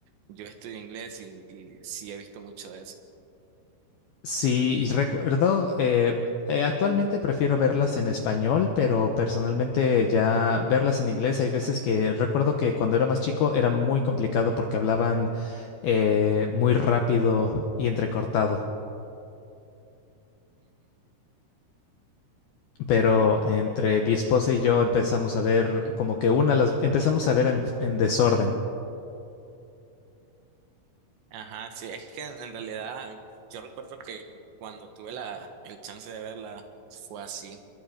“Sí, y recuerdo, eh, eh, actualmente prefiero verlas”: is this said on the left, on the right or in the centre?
Left